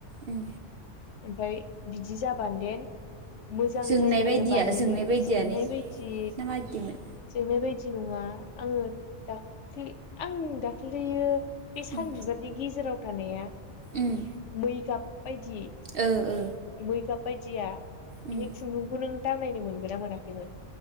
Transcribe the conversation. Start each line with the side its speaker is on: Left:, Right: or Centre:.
Right: उम
Left: ओमफाय बिदि जाबानदेन मोजां
Right: जोंनाय
Left: जायो
Right: बायदिया
Left: आरो बानायनो
Right: जोंनाय बायदिया
Left: जोंनाय
Right: ने
Left: बायदि
Right: ना मादिमोन
Left: जोंनाय बायदि नङा आङो दाख्लै आं दाख्लैयो बे सान
Right: उम
Left: बिबारनि गेजेराव थानाया
Right: उम
Left: मै गाब बायदि
Right: ओ ओ।
Left: मै गाब बायदिया
Right: उम
Left: इनि खुन्दुंखौ नों दांनायनो मोनदोंना मोनाखैमोन?